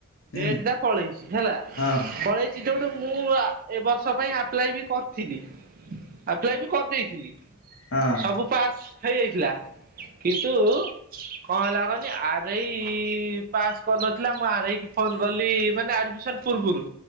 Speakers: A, on the left; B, on the right.
A: ହୁଁ
B: ଡେଟ ଟା ପଳେଇଛି ହେଲା
A: ହଁ
B: ପଳେଇ ଯୋଉଠୁ ମୁଁ ଏ ବର୍ଷ ପାଇଁ ଆପ୍ଲାଏ ବି କରିଥିଲି ଆପ୍ଲାଏ ବି କରିଦେଇଥିଲି।
A: ହଁ।
B: ସବୁ ପାସ୍ ହେଇଯାଇଥିଲା କିନ୍ତୁ କଣ ହେଲା କହନି ଆର ଇ ପାସ୍ କରିନଥିଲା ମୁଁ ଆର ଇ କି ଫୋନ କଲି ମାନେ ଆଡମିସନ ପୂର୍ବରୁ